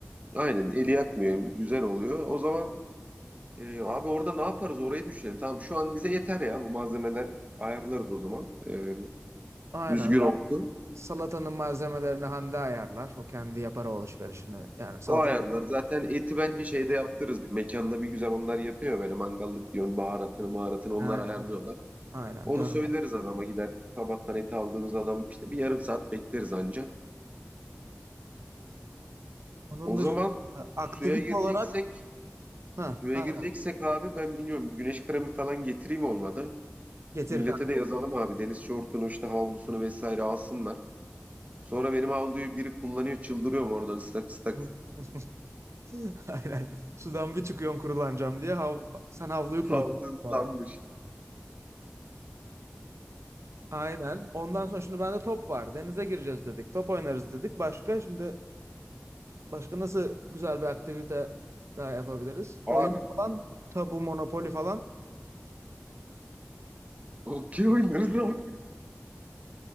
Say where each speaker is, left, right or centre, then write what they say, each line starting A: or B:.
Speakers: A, on the right; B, on the right.
A: Aynen eli yakmıyor. Güzel oluyor. O zaman e, abi orada ne yaparız orayı düşünelim. Tamam şu an bize yeter ya bu malzemeler ayarlarız o zaman. E,
B: Aynen.
A: düzgün olsun.
B: Salatanın malzemelerini Hande ayarlar. O kendi yapar o alışverişini. Yani salata.
A: O ayarlar. Zaten eti bence şeyde yaptırırız. Bir mekanda bir güzel onlar yapıyor böyle mangallık diyor baharatını maharatını onlar
B: Aynen.
A: ayarlıyorlar.
B: Aynen.
A: Onu
B: Döner.
A: söyleriz adama gider sabahtan eti aldığımız adam işte bir yarım saat bekleriz anca.
B: Onun
A: O
B: dışında
A: zaman
B: aktivite
A: suya gireceksek
B: olarak ha,
A: Suya
B: aynen.
A: gireceksek abi ben biliyorum güneş kremi falan getireyim olmadı.
B: Getir
A: Millete
B: kanka.
A: de yazalım abi deniz şortunu işte havlusunu vesaire alsınlar. Sonra benim havluyu biri kullanıyor çıldırıyorum oradan ıslak ıslak.
B: <laughs> Aynen. Sudan bir çıkıyorsun kurulanacağım diye. Hav sen havluyu
A: <laughs>
B: kurutun
A: Havlu ıslanmış.
B: sonra. Aynen. Ondan sonra şimdi bende top var. Denize gireceğiz dedik. Top oynarız dedik. Başka şimdi başka nasıl güzel bir aktivite daha yapabiliriz?
A: Abi
B: Oyun falan, tabu, monopoli falan.
A: okey oynarız abi.